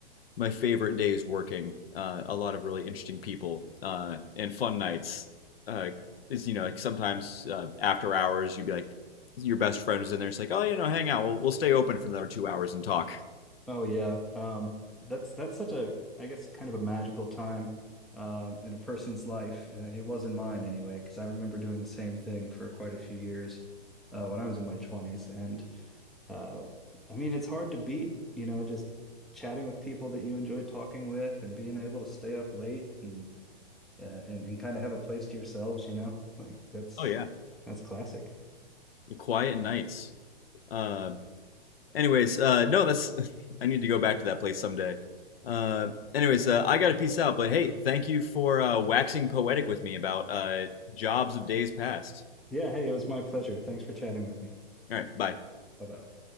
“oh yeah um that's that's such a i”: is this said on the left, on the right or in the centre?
Centre